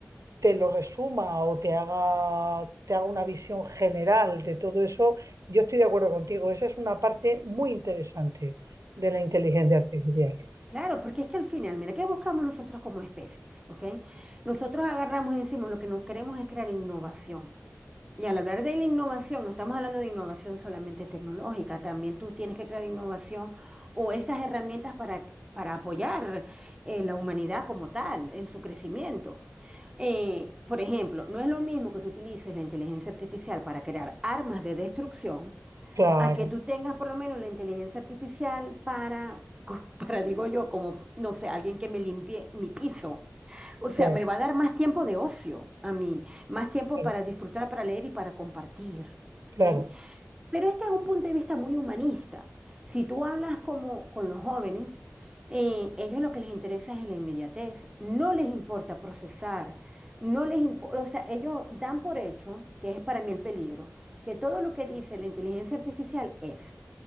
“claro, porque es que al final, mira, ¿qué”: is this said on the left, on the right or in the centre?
Right